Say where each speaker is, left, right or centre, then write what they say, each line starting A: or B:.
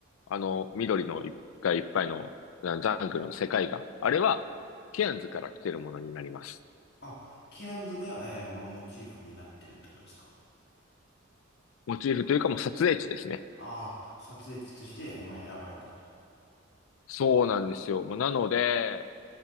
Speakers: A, on the left (about 75°); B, on the left (about 50°).
A: あの、緑の一がいいっぱいのジャングルの世界が、あれは、ケアンズから来てるものになります。
B: あ、ケアンズが、えーまあ、モチーフになってるってことですか
A: モチーフというかもう撮影地ですね。
B: ああー、撮影地として、まあ、選ばれたと。
A: そうなんですよ。まあなので、